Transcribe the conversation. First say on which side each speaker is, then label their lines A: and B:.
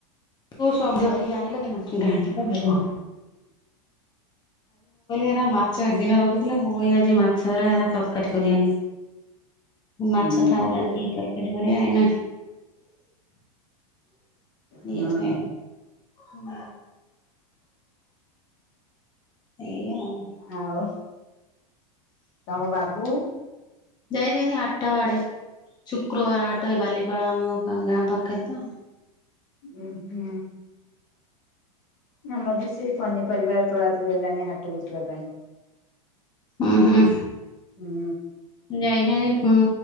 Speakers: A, on the left; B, on the left.
A: ଠୁ ସବୁ ଧରିକି ଆଇଲେ <unintelligible> ଆଜି ମୁଁ କହିଲି ହେରା ମାଛ ଏ ଦିନ ର ହେଇଥିଲା ଫୁଣି ଆଜି ମାଛ ହେରା ଏରା ତରକାରୀ କରିଆନି। ମାଛ
B: ହୁଁ
A: ଥାଉ ରାତି ତରକାରୀ କରିବା ଏଇନା କିଏ
B: ହୁଁ
A: ଖାଇବ? ହୁଁ ଏଇଆ ଆଉ।
B: ଆଉ ତମ ବାବୁ?
A: ଯାଇଛନ୍ତି ହାଠ ଆଡେ। ଶୁକ୍ରବାର ହାଟ ଏ ବାଲିପାଳ ଆମ ଗାଁ ପାଖରେ ତ!
B: ଉଁ ହୁଁ। ଆମର ବି ସେଇ ପନିପରିବା ତୋଳା ତୁଳି ହେଲାଣିି ହାଟକୁ ଯିବା ପାଇଁ।
A: ଉଁ ହୁଁ
B: ହୁଁ
A: ଯାଇଛନ୍ତି ଉଁ